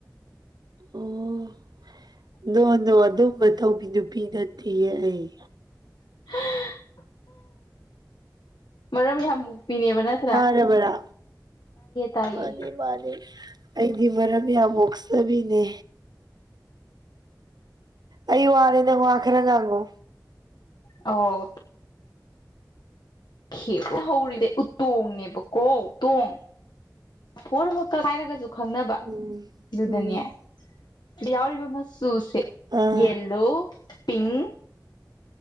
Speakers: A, on the right; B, on the left.
A: ꯑꯣ ꯅꯣ ꯅꯣ ꯑꯗꯨꯝꯕ ꯇꯧꯕꯤ ꯅꯨꯄꯤ ꯅꯠꯇꯦꯌꯦ ꯑꯩ
B: <unintelligible> ꯃꯔꯝ ꯌꯥꯝ ꯃꯨꯛꯄꯤꯅꯦꯕ ꯅꯪ
A: ꯇꯔꯕꯔ
B: ꯇꯥꯏꯌꯦ
A: ꯃꯥꯅꯤ ꯃꯥꯅꯤ ꯑꯩꯗꯤ ꯃꯔꯝ ꯌꯥꯝ ꯃꯣꯛꯆꯕꯤꯅꯦ ꯑꯩ ꯋꯥꯔꯦꯗ ꯅꯪ ꯋꯥ ꯈꯔ ꯉꯥꯡꯉꯣ
B: ꯑꯣ ꯍꯦ ꯍꯧꯔꯤꯗꯦ ꯎꯇꯣꯡꯅꯦꯕꯀꯣ ꯎꯇꯣꯡ ꯄꯣꯔꯠ <unintelligible> ꯍꯥꯏꯔꯒꯁꯨ ꯈꯪꯅꯕ
A: ꯎꯝ
B: ꯑꯗꯨꯗ
A: ꯎꯝ
B: ꯅꯦ ꯁꯤꯗ ꯌꯥꯎꯔꯤꯕ ꯃꯆꯨꯁꯦ
A: ꯑꯥ
B: ꯌꯦꯂꯣ ꯄꯤꯡꯛ